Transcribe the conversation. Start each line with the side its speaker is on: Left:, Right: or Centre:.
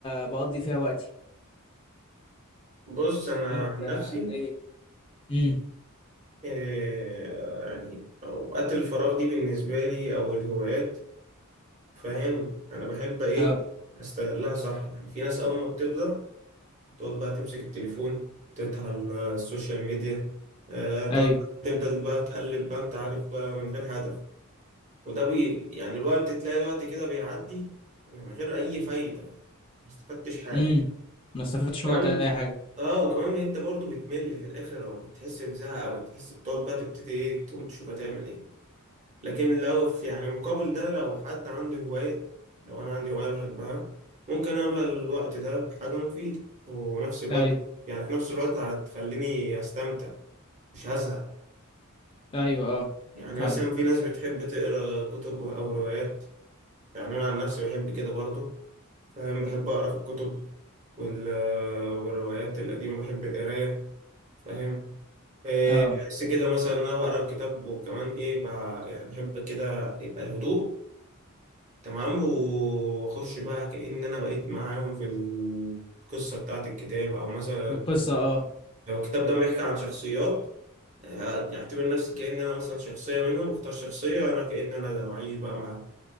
Left: ب- بقضي فيها وقتي
Right: بص انا
Left: وانت
Right: عن
Left: آه،
Right: نفسي
Left: ايه امم
Right: آه، يعني اوقات الفراغ دي بالنسبة لي او الهوايات فاهم انا بحب ايه
Left: اه
Right: استغلها صح يعني في ناس اول ما بتبدأ تقعد بقى تمسك التليفون تفتح ال- السوشيال ميديا آه،
Left: ايوه
Right: تقعد تفضل بقى تقلب بقى انت عارف بقى من غير هدف وده بي يعني الوقت تلاقي وقت كده بيعدي من غير أي فايدة ما استفدتش حاجة
Left: امم ما استفدتش
Right: كمان
Left: من وقت اي حاجة
Right: اه وكمان إن انت برضو بتمل في الاخر او بتحس بزهق او بتحس بتقعد بقى تبتدي ايه تقوم تشوف هتعمل ايه لكن لو في يعني مقابل ده لو حد عنده هواية لو انا عندي هواية بحبها ممكن املى الوقت ده بحاجة مفيدة ونفس الوقت
Left: ايوه
Right: يعني في نفس الوقت هتخليني استمتع مش هزهق
Left: ايوه اه
Right: يعني
Left: فاهمك
Right: مثلا في ناس بتحب تقرا كتب او روايات يعني انا عن نفسي بحب كده برضو فاهم بحب أقرأ في الكتب وال... والروايات القديمة بحب القراية فاهم إيه،
Left: اه
Right: بحس كده مثلا إن أنا بقرأ الكتاب وكمان إيه بقى يعني بحب كده يبقى الهدوء تمام وأخش بقى كأن أنا بقيت معاهم في القصة بتاعة الكتاب أو مثلا
Left: القصة اه
Right: لو الكتاب ده بيحكي عن شخصيات آه، أعتبر نفسي كأن أنا مثلا شخصية منهم أختار شخصية وأنا كأن أنا ده وأعيش بقى مع